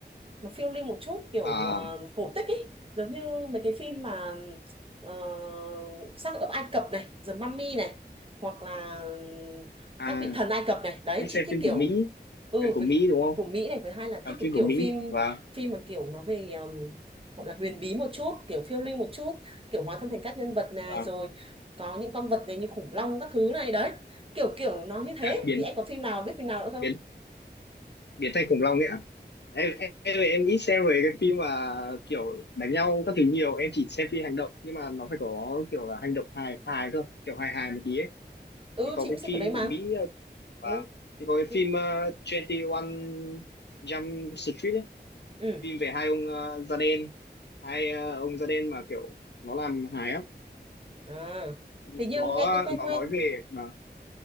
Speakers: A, on the right; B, on the left.
A: nó phiêu lưu một chút kiểu
B: à
A: ờ, cổ tích ấy giống như mấy cái phim mà ờ, xác ướp Ai Cập này The Mummy này hoặc là
B: à
A: các vị thần Ai Cập này đấy
B: đi
A: chị
B: xem
A: thích
B: phim
A: kiểu
B: của Mỹ
A: ừ
B: phim của
A: với
B: Mỹ
A: cả-
B: đúng không
A: của Mỹ này với hai là
B: làm
A: thích cái
B: phim
A: kiểu
B: của Mỹ
A: phim
B: và
A: phim mà kiểu nó về um, gọi là huyền bí một chút kiểu phiêu lưu một chút kiểu hóa thân thành các nhân vật này
B: và
A: rồi có những con vật này như khủng long các thứ này đấy kiểu kiểu nó như thế
B: biến
A: thì em có phim nào biết phim nào nữa không
B: biến biến thành khủng long ấy ạ em, em em em ít xem về cái phim mà kiểu đánh nhau các thứ nhiều em chỉ xem phim hành động nhưng mà nó phải có kiểu là hành động hài hài cơ kiểu hài hài một tí ấy
A: ừ
B: thì có
A: chị cũng
B: cái
A: sẽ
B: phim
A: ở đấy mà
B: của Mỹ
A: ừ
B: và thì có cái
A: phim
B: phim uh, 21 Jump Street ấy,
A: ừ
B: phim về hai ông uh, da đen, hai ờ, ông da đen mà kiểu nó làm hài á,
A: à
B: Thì
A: hình như
B: nó
A: nghe cũng quen
B: nó
A: quen
B: nói về mà